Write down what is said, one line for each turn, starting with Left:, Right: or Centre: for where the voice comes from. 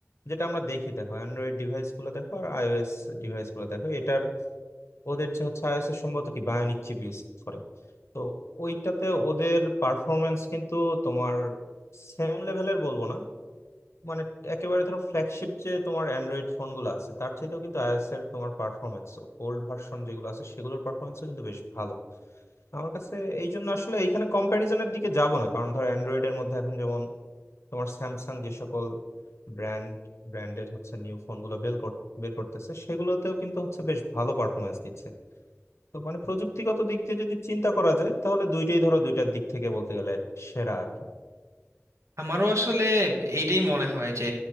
Left: যেটা আমরা দেখি দেখো অ্যান্ড্রয়েড ডিভাইস গুলো দেখো আর আইওএস ডিভাইস গুলো দেখো এটার ওদের যে হচ্ছে আইওএস এর সম্ভবত কি বায়োনিক চিপ ইউজ করে তো ওইটাতে ওদের পারফরমেন্স কিন্তু তোমার সেম লেভেলের বলবো না মানে একেবারে ধরো ফ্ল্যাগশিপ যে তোমার অ্যান্ড্রয়েড ফোন গুলো আছে তার চাইতেও কিন্তু আইওএস এর তোমার পারফরমেন্স ওল্ড ভার্সন যেগুলো আছে সেগুলোর পারফরমেন্সও কিন্তু বেশ ভালো আমার কাছে এই জন্য আসলে এইখানে কম্প্যারিজনের দিকে যাব না কারণ ধর অ্যান্ড্রয়েড এর মধ্যে এখন যেমন তোমার স্যামসাং যে সকল ব্র্যান্ড ব্র্যান্ডের হচ্ছে নিউ ফোন গুলো বের কর- বের করতেছে সেগুলোতেও কিন্তু হচ্ছে বেশ ভালো পারফরমেন্স দিচ্ছে তো মানে প্রযুক্তিগত দিক দিয়ে যদি চিন্তা করা যায় তাহলে দুইটাই ধরো দুইটার দিক থেকে বলতে গেলে সেরা আর কি
Right: আমারও আসলে এইটাই মনে হয় যে